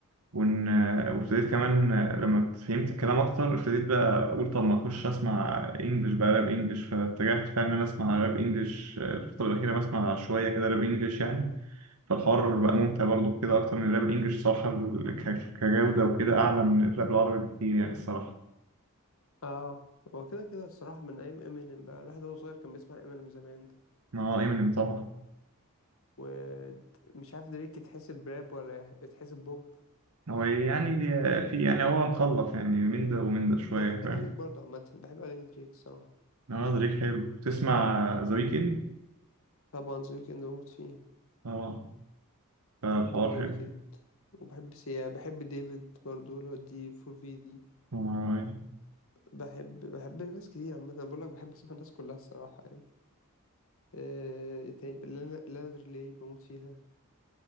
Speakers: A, on the right (about 80°); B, on the left (about 65°).
A: وإن وابتديت كمان لما فهمت الكلام أكتر ابتديت بقى أقول طب ما أخش أسمع إنجلش بقى راب إنجلش فاتجهت فعلا إن أنا أسمع راب إنجلش الفترة الأخيرة بسمع شوية كده راب إنجلش يعني فالحوار بقى ممتع برضو كده أكتر من الراب الإنجلش صراحة ال- ك- كجودة وكده أعلى من الراب العربي بكتير يعني الصراحة
B: اه هو كده كده الصراحة من أيام امينيم بقى الواحد وهو صغير كان بيسمع امينيم زمان
A: ما هو إمينيم طبعا
B: ومش عارف دريك يتحسب راب ولا يتحسب بوب
A: هو يعني في يعني هو مخلط يعني من ده ومن ده شوية
B: أنا بحب
A: فاهم
B: دريك برضه عامة بحب أغاني دريك الصراحة
A: اه دريك حلو تسمع ذا ويكند
B: طبعا ذا ويكند بموت فيه
A: اه فالحوار
B: بحب ذا
A: حلو
B: ويكند وبحب سيا بحب ديفيد برضه اللي هو دي فور في دي
A: آه.
B: بحب بحب ناس كتير عامة أنا بقول لك بحب اسمع الناس كلها الصراحة يعني آه، إيه تاني لانا لانا دري بموت فيها